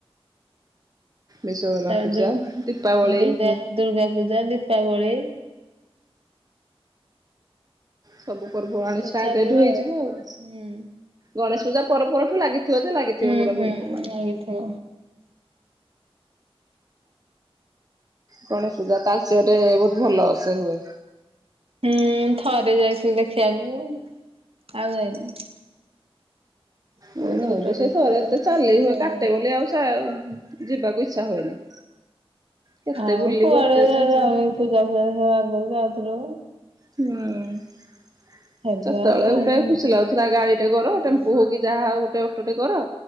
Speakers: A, on the right; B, on the right.
A: ବିଶ୍ଵକର୍ମା
B: ତାପରେ
A: ପୂଜା,
B: ଦୁ
A: ଦୀପାବଳି
B: ଦୁର୍ଗା ଦୁର୍ଗା ପୂଜା, ଦୀପାବଳି।
A: ସବୁ ପର୍ବ
B: ତାପରେ
A: ପର୍ବାଣୀ ଷ୍ଟାର୍ଟ
B: ଚାଲିବ
A: ଏଇଠୁ ହେଇଯିବ ଆଉ,
B: ହୁଁ।
A: ଗଣେଶ ପୂଜା ପର ପରଠୁ ଲାଗିଥିବ ଯେ ଲାଗି
B: ହୁଁ
A: ଥିବ ପୁରା
B: ହୁଁ
A: ପର୍ବ ପର୍ବାଣୀ।
B: ଲାଗିଥିବ
A: ଗଣେଶ ପୂଜା ତାଲଚେରେ ବହୁତ ଭଲ ସେ ହୁଏ।
B: ହୁଁ ଥରେ ଯାଇଥିଲି ଦେଖିବାକୁ, ଆଉ ଯାଇନି। ପୁଅ
A: ଉଁ ମୁ
B: ଛୋଟ
A: ବି
B: ଥିଲା
A: ସେଇ ଥରେ
B: ଯାଇଥିଲି
A: ଏତେ ଚାଲି
B: ଥରେ
A: ହୁଏ କାଟେ
B: ଯାଇଥିଲି।
A: ବୋଲି ଆଉ ଯା ଯିବାକୁ ଇଚ୍ଛା ହୁଏନି। କେତେ
B: ଆଉ
A: ବୁଲିବ
B: କୁଆଡେ
A: ଏତେ
B: ଇଆଡେ
A: ଚାଲି ଚାଲି
B: ଆଉ
A: ହୁଁ।
B: ଏ ପୂଜା ଫୁଜା ସବୁ ଆଗରୁ ଯାଉଥୁଲୁ।
A: ହୁଁ ସେତେବେଳେ
B: ଏବେ ଆଉ କୁଆଡେ
A: ଗୋଟେ
B: ଯାଉନି।
A: ଖୁସି ଲାଗୁଥିଲା ଗାଡି ଟେ କର
B: ହୁଁ
A: ଟେମ୍ପୁ ହଉକି ଯାହା ହଉ ଗୋଟେ ଅଟୋଟେ କର